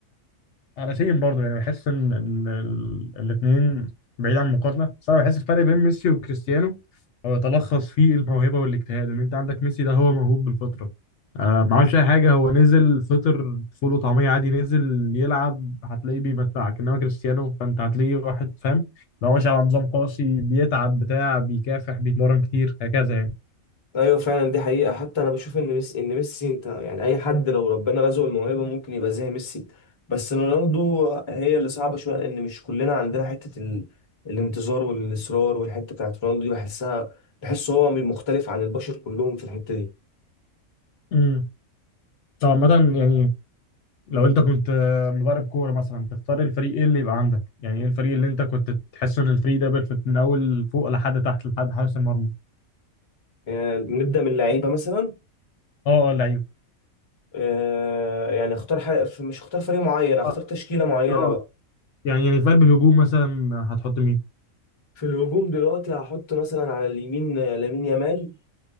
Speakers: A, on the left; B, on the left.
A: على سيم برضه يعني بحس ان ان الاثنين بعيد عن المقارنه بس انا بحس الفرق بين ميسي وكريستيانو هو يتلخص في الموهبه والاجتهاد ان انت عندك ميسي ده هو موهوب بالفطره آه ما عملش اي حاجه هو نزل فطر فول وطعميه عادي نزل يلعب هتلاقيه بيمتعك انما كريستيانو فانت هتلاقيه واحد فاهم لو ماشي على نظام قاسي بيتعب بتاع بيكافح بيتمرن كتير هكذا يعني
B: ايوه فعلا دي حقيقة حتى انا بشوف ان ميسي ان ميسي انت يعني اي حد لو ربنا رزقه الموهبة ممكن يبقى زي ميسي بس رونالدو هي اللي صعبة شوية لان مش كلنا عندنا حتة ال... الانتظار والاصرار والحتة بتاعت رونالدو دي بحسها بحسه هو مختلف عن البشر كلهم في الحتة دي
A: امم طبعا مثلا يعني لو انت كنت آه، مدرب كوره مثلا تختار الفريق ايه اللي يبقى عندك يعني ايه الفريق اللي انت كنت تحس ان الفريق ده بيرفكت من اول فوق لحد تحت لحد حارس المرمى
B: آه، نبدأ من اللعيبة مثلا
A: اه اه لعيب
B: آه، يعني اختار حق... مش اختار فريق معين اختار
A: اه
B: تشكيلة معينة
A: آه.
B: بقى
A: يعني يعني في قلب الهجوم مثلا هتحط مين
B: في الهجوم دلوقتي هحط مثلا على اليمين آه، لامين يامال